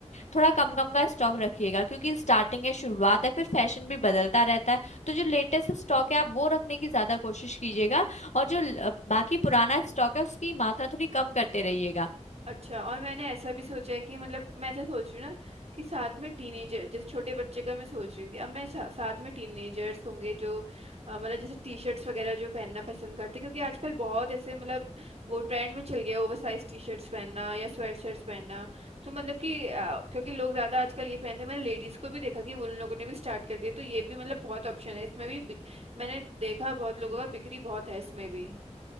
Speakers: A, on the left; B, on the right.
A: थोड़ा कम कम का स्टॉक रखिएगा क्योंकि स्टार्टिंग है शुरुआत है फिर फैशन भी बदलता रहता है तो जो लेटेस्ट स्टॉक है आप वो रखने की ज्यादा कोशिश कीजिएगा और जो ल- बाकी पुराना स्टॉक है उसकी मात्रा थोड़ी कम करते रहिएगा
B: अच्छा और मैंने ऐसा भी सोचा है कि मतलब मैं ऐसा सोच रही हूँ ना कि साथ में टीनेजर जैसे छोटे बच्चे का मैं सोच रही थी अब मैं सा, साथ में टीनेजर्स होंगे जो अ, मतलब जैसे टी शर्ट्स वगैरह जो पहनना पसंद करते हैं, क्योंकि आजकल बहुत ऐसे मतलब वो ट्रेंड में चल गया ओवर साइज टी शर्ट्स पहनना या स्वेट शर्ट्स पहनना तो मतलब कि अ, क्योंकि लोग ज़्यादा आजकल ये पहनते हैं मैंने लेडीज़ को भी देखा कि उन लोगों ने भी स्टार्ट कर दिया तो ये भी मतलब बहुत ऑप्शन है इसमें भी बिक- मैंने देखा बहुत लोगों का बिक्री बहुत है इसमें भी